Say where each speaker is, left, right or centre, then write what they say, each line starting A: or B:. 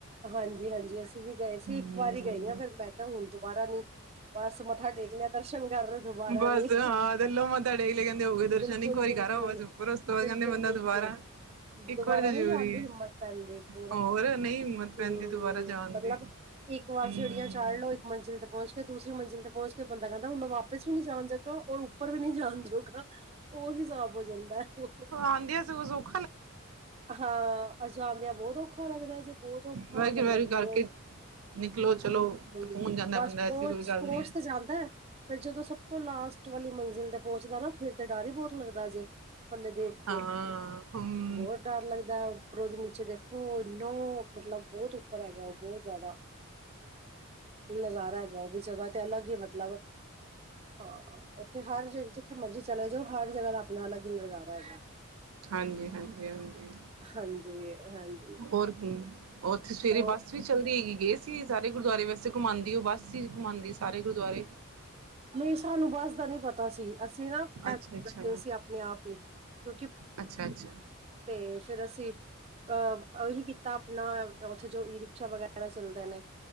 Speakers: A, on the right; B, on the right.
A: ਹਾਂਜੀ ਹਾਂਜੀ, ਅਸੀਂ ਵੀ ਗਏ ਸੀ
B: ਹਮ
A: ਇੱਕ ਵਾਰੀ ਗਈ ਆਂ ਫਿਰ ਮੈਂ ਕਿਹਾ ਹੁਣ ਦੁਬਾਰਾ ਨੀ ਬਸ ਮੱਥਾ ਟੇਕ ਲਿਆ ਦਰਸ਼ਨ ਕਰ ਲਏ ਦੁਬਾਰਾ
B: ਬਸ
A: ਨੀ।
B: ਹਾਂ ਥੱਲੋਂ ਮੱਥਾ ਟੇਕ ਲਿਆ ਕਹਿੰਦੇ ਹੋ ਗਏ ਦਰਸ਼ਨ
A: ਬਿਲਕੁਲ
B: ਇੱਕ ਵਾਰੀ
A: ਬਿਲਕੁਲ।
B: ਕਰ ਆਓ ਬਸ ਉੱਪਰ ਉਸ ਤੋਂ ਬਾਅਦ
A: ਬਿਲਕੁਲ
B: ਕਹਿੰਦੇ ਬੰਦਾ
A: ਬਿਲਕੁਲ
B: ਦੁਬਾਰਾ ਇੱਕ
A: ਦੁਬਾਰਾ
B: ਵਾਰੀ ਤਾਂ ਜ਼ਰੂਰੀ
A: ਨਹੀਂ ਜਾਣ ਦੀ
B: ਹੈ
A: ਹਿੰਮਤ ਪੈਂਦੀ ਪੂਰਾ।
B: ਹੋਰ ਨਹੀਂ ਹਿੰਮਤ ਪੈਂਦੀ
A: ਹਮ
B: ਦੁਬਾਰਾ ਜਾਣ
A: ਮਤਲਬ
B: ਦੀ
A: ਇੱਕ ਵਾਰ
B: ਹਾਂ
A: ਸੀੜੀਆਂ ਚਾੜ ਲਓ। ਮੰਜਿਲ ਤੇ ਪਹੁੰਚ ਕੇ ਦੂਸਰੀ ਮੰਜ਼ਿਲ ਪਹੁੰਚ ਕੇ ਬੰਦਾ ਕਹਿੰਦਾ ਵਾਪਿਸ ਵੀ ਨੀ ਜਾਣ ਜੋਗਾ ਜਦੋਂ ਉਹ ਉੱਪਰ ਵੀ ਨਹੀਂ ਜਾਣ ਜੋੋਗਾ ਉਹ ਹਿਸਾਬ ਹੋ ਜਾਂਦੈ ਉਹ।
B: ਆਂਦੀਆ ਸਗੋ ਸੋਖਾ
A: ਹਾਂ ਜਾਂਦਿਆਂ ਬਹੁਤ ਔਖਾ ਲੱਗਦਾ ਜੇ, ਬਹੁਤ ਔਖਾ
B: ਵਾਹਿਗੁਰੂ
A: ਮਤਲਬ
B: ਵਾਹਿਗੁਰੂ ਕਰਕੇ
A: ਨੌ
B: ਨਿਕਲੋ ਚਲੋ
A: ਬਿਲਕੁਲ
B: ਸਕੂਨ ਜਾਂਦਾ
A: ਬਸ
B: ਬੰਦਾ ਐਸੀ
A: ਪਹੁੰਚ
B: ਕੋਈ ਗੱਲ
A: ਪਹੁੰਚ
B: ਨਹੀਂ ਹੈ
A: ਤੇ ਜਾਂਦੈ। ਫਿਰ ਜਦੋਂ ਸਭ ਤੋਂ ਲਾਸਟ ਵਾਲੀ ਮੰਜ਼ਿਲ ਤੇ ਪਹੁੰਚਦਾ ਨਾ ਫੇਰ ਤੇ ਡਰ ਹੀ ਬਹੁਤ ਲੱਗਦਾ ਜੇ ਥੱਲੇ ਦੇਖ ਕੇ
B: ਹਾਂ ਹਮ
A: ਬਹੁਤ ਡਰ ਲੱਗਦੈ ਉੱਪਰੋਂ ਦੀ ਨੀਚੇ ਦੇਖੋ ਇੰਨਾ ਮਤਲਬ ਬਹੁਤ ਉੱਪਰ ਹੈਗਾ ਬਹੁਤ ਜ਼ਿਆਦਾ ਨਜ਼ਾਰਾ ਐਗਾ ਓ ਵੀ ਜਗਾ ਤੇ ਅਲੱਗ ਈ ਮਤਲਬ ਹਾਂ, ਓਥੇ ਹਰ ਜਗ ਜਿੱਥੇ ਮਰਜੀ ਚਲੇ ਜੋ ਹਰ ਜਗਾ ਦਾ ਅਪਨਾ ਅਲਗ ਈ ਨਜ਼ਾਰਾ ਐ
B: ਹਾਂਜੀ ਹਾਂਜੀ ਹਾਂਜੀ,
A: ਹਾਂਜੀ ਹਾਂਜੀ
B: ਹੋਰ ਕੀ ਹੋਥੇ ਸਵੇਰੇ
A: ਉਹ
B: ਈ ਬਸ ਬੱਸ ਵੀ ਚੱਲਦੀ ਐਗੀ ਏ ਗਏ ਸੀ ਸਾਰੇ ਗੁਰਦੁਆਰੇ ਵੱਸੇ ਘੁਮਾਂਦੀ ਓ ਬੱਸ ਈ ਘੁਮਾਂਦੀ ਸਾਰੇ ਗੁਰਦੁਆਰੇ
A: ਨਈ ਸਾਨੂੰ ਬੱਸ ਦਾ ਨੀ ਪਤਾ ਸੀ। ਅਸੀ ਨਾ <unintelligible>
B: ਅੱਛਾ ਅੱਛਾ
A: ਸੀ ਅਪਨੇ ਆਪ ਈ, ਕਯੋਕਿ
B: ਅੱਛਾ ਅੱਛਾ
A: ਤੇ ਫੇਰ ਅਸੀ ਅ ਓਹੀ ਕੀਤਾ ਅਪਨਾ ਓਥੇ ਜੋ ਈ ਰਿਕਸ਼ਾ ਵਗੈਰਾ ਚੱਲਦੇ ਨੇ।